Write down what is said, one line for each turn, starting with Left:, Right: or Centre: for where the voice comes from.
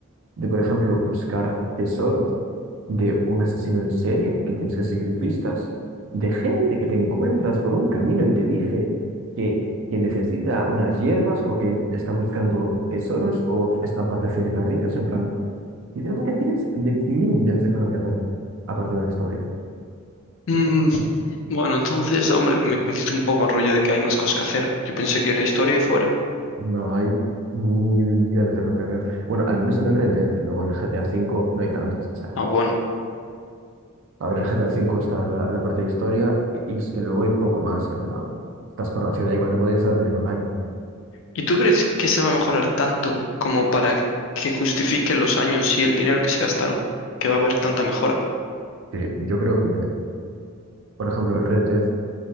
Right: de, por ejemplo, buscar tesoros de un asesino en serie que tienes que seguir pistas, de gente que te encuentras por un camino y te dice que, que necesita unas hierbas o que está buscando tesoros o estampas de cigarrillos, en plan, literalmente tienes de mil millones de cosas que hacer aparte de la historia.
Left: Mm, bueno, entonces, hombre, me convenciste un poco el rollo de que hay más cosas que hacer. Yo pensé que era historia y fuera.
Right: No hay mil millones de cosas que hacer. Bueno, al menos en el Red Dead, luego en el GTA V no hay tantas, o sea,
Left: Ah, bueno.
Right: a ver, en el GTA V está la, la parte de historia y y es que luego hay poco más, en plan, estás por la ciudad igual que podrías estar en el online.
Left: ¿Y tú crees que se va a mejorar tanto como para que justifiquen los años y el dinero que se gastaron? ¿Que va a haber tanta mejora?
Right: Sí, yo creo que, por ejemplo, el Red Dead,